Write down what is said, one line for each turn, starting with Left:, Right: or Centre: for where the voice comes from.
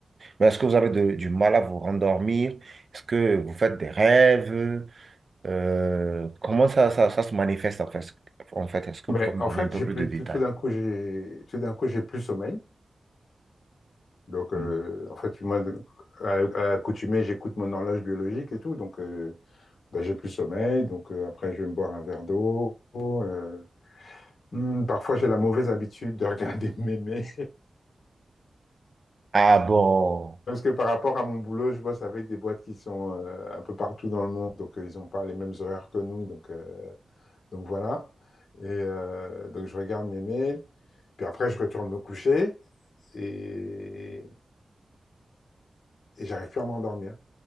Right: mais est-ce que vous avez de- du mal à vous rendormir? Est-ce que vous faites des rêves? Euh, comment ça, ça, ça se manifeste en fait? En fait, est-ce que
Left: Ben,
Right: vous pouvez me
Left: en
Right: donner
Left: fait,
Right: un peu
Left: j'ai
Right: plus
Left: plus,
Right: de détails?
Left: tout, tout d'un coup, j'ai, tout d'un coup, j'ai plus sommeil. Donc, euh,
Right: Hmm.
Left: en fait, moi, à, à l'accoutumée, j'écoute mon horloge biologique et tout. Donc, euh, ben, j'ai plus sommeil, donc euh, après je vais me boire un verre d'eau. euh, hmm, parfois j'ai la mauvaise habitude de regarder <laughs> mes mails,
Right: Ah bon.
Left: parce que par rapport à mon boulot, je bosse avec des boîtes qui sont euh, un peu partout dans le monde, donc euh, ils n'ont pas les mêmes horaires que nous, donc, euh, donc voilà. Et euh, donc je regarde mes mails, puis après je retourne me coucher et, et j'arrive plus à m'endormir.